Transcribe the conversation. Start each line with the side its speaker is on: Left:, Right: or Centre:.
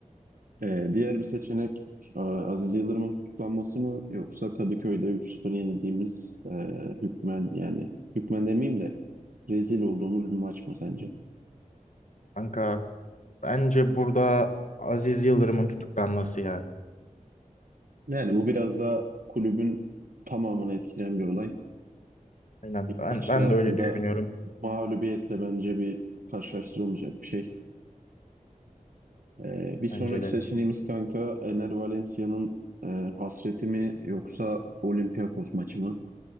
Right: Ee, diğer bir seçenek e, Aziz Yıldırım'ın tutuklanması mı yoksa Kadıköy'de üç 0 yenildiğimiz e, hükmen yani hükmen demeyeyim de rezil olduğumuz bir maç mı sence?
Left: Kanka bence burada Aziz Yıldırım'ın tutuklanması ya.
Right: Yani bu biraz da kulübün tamamını etkileyen bir olay.
Left: Aynen
Right: Bir
Left: ben,
Right: maçla
Left: ben de öyle
Right: ya da
Left: düşünüyorum
Right: mağlubiyetle bence bir karşılaştırılmayacak bir şey. Ee, bir sonraki
Left: bence de.
Right: seçeneğimiz kanka Ener Valencia'nın e, hasreti mi yoksa Olympiakos maçı mı?